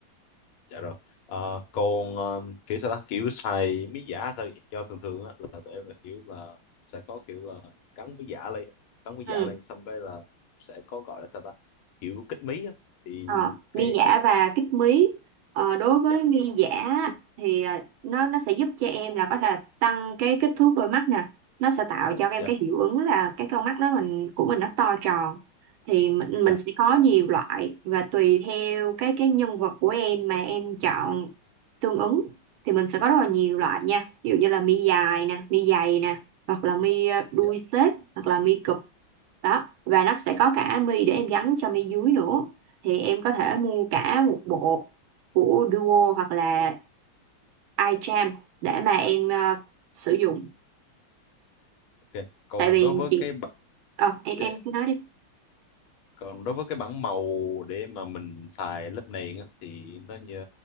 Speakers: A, on the left; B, on the right.
A: dạ rồi Ờ, còn um, kiểu sao ta kiểu xài mí giả sao vậy? cho thường thường á là tụi em là kiểu là sẽ có kiểu là cắn mí giả lên cắn mí
B: Ừ.
A: giả lên xong cái là sẽ có gọi là sao ta kiểu kích mí á thì
B: Ờ, mi
A: cái
B: giả
A: có có-
B: và kích mí Ờ, đối với
A: dạ
B: mi giả thì à, nó nó sẽ giúp cho em là có thể tăng cái kích thước đôi mắt nè nó sẽ tạo cho em
A: dạ
B: cái hiệu ứng là cái con mắt đó mình của mình nó to tròn thì mình, mình
A: dạ
B: sẽ có nhiều loại và tùy theo cái cái nhân vật của em mà em chọn tương ứng thì mình sẽ có rất là nhiều loại
A: dạ
B: nha ví dụ như là mi dài nè mi dày nè hoặc là mi à, đuôi
A: dạ,
B: xếp hoặc là mi cụp đó và nó sẽ có cả mi để em gắn cho mi dưới nữa thì em có thể mua cả một bộ của Duo hoặc là iCharm để mà em ờ, sử dụng
A: ok còn
B: tại vì
A: đối với
B: chị
A: cái bản
B: ờ em
A: dạ
B: em
A: dạ.
B: cứ nói đi
A: còn đối với cái bảng màu để mà mình xài lớp nền á thì nó như